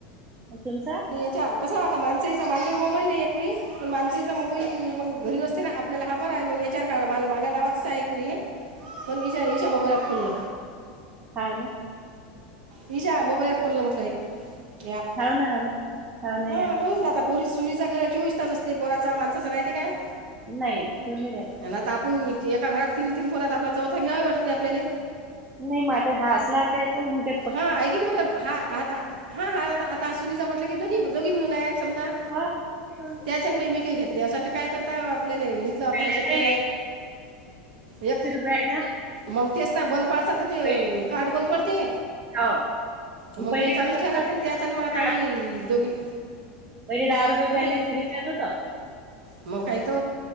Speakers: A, on the right; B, on the right.
A: तुमचा
B: याच्या कसं आता माणसाईचा मान मोबाईल नाही एकपूरी पण माणसेचा मोबाईल मग घरी असते ना आपल्याला हा बर आहे मग याच्या काळ मा माझ्या नावाचाच आहे कुरी हे पण इजा इजा मोबाईलात खोलल
A: ह ना
B: ह जा मोबाईलात खोललं म्हटलं प
A: हाव ना हाव ना हाव ना
B: हा
A: या
B: करून द पोरी सुनीचा घर चोवीस तास असते पोराचा माणसाचा राहिती काय
A: नाही समी रा आहे
B: आणि आता आपण एका घात तीन तीन फोरत आपला चौथा घ्यावावे वाटत नाही आपल्याला
A: नाही माझ हसला कायच मगज
B: हा आहेऐ की नाही बर हा आता हा हा आता सुनीचा म्हटलं की दोन्ही दोघी म्हणून आहे समजा
A: हो
B: त्याच्यान बाई मी काही घेत नाही अससाठी काय करता आपल्याला तथ आपलं
A: बॅलन्स
B: शेतकरी य काय
A: व ना
B: मग तेच ना बंद पडसा तर ते
A: पहिले
B: कार्ड बंद पडते
A: हो
B: मग
A: पहिले
B: हे चालूच
A: कसं
B: ठेयला
A: होतं
B: लागते ना त्याच्यान मग आता
A: दहा
B: आम्ही दोघी
A: पहिले दहा रुपये
B: हं.
A: बॅलेन्स रिचार्ज होता
B: मग काही तो